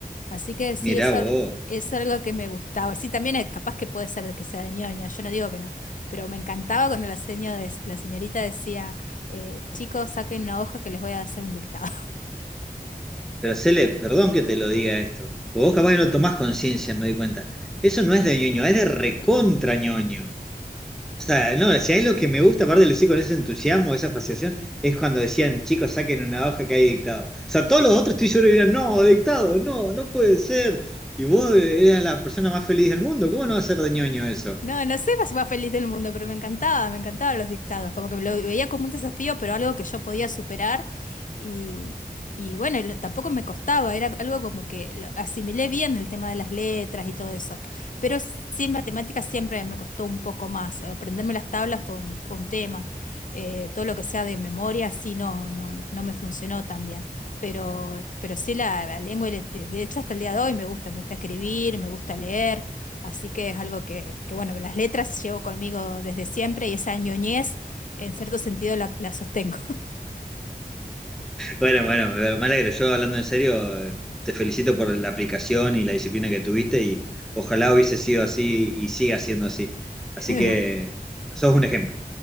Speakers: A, on the left; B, in the centre.
A: Así que sí,
B: Mirá
A: es, al-
B: vos.
A: es algo que me gustaba. Sí, también es capaz que puede ser de que sea de ñoña, yo no digo que no, pero me encantaba cuando la, seño de- la señorita decía, eh, chicos, saquen una hoja que les voy a hacer un dictado.
B: Pero Cele, perdón que te lo diga esto. Vos capaz que no tomás conciencia, me doy cuenta. Eso no es de ñoño, es de recontra ñoño. O sea, no, si hay lo que me gusta, aparte lo decía con ese entusiasmo, esa fascinación, es cuando decían, chicos, saquen una hoja que hay dictado. O sea, todos los otros estoy seguro que dirían, no, dictado, no, no puede ser. Y vos eras la persona más feliz del mundo, ¿cómo no va a ser de ñoño eso?
A: No, no sé la más feliz del mundo, pero me encantaba, me encantaban los dictados, como que lo veía como un desafío, pero algo que yo podía superar y, y bueno, y lo- tampoco me costaba, era algo como que lo asimilé bien el tema de las letras y todo eso, pero sí en matemáticas siempre me costó un poco más, aprenderme las tablas fue un, fue un tema, eh, todo lo que sea de memoria sí no, no, no no me funcionó tan bien, pero, pero sí la, la lengua, y la- de hecho hasta el día de hoy me gusta, me gusta escribir, me gusta leer. Así que es algo que, que, bueno, que las letras llevo conmigo desde siempre y esa ñoñez, en cierto sentido, la, la sostengo.
B: Bueno, bueno, eh, me alegro. Yo hablando en serio, eh, te felicito por la aplicación y la disciplina que tuviste y ojalá hubiese sido así y siga siendo así. Así
A: <laughs>
B: que sos un ejemplo.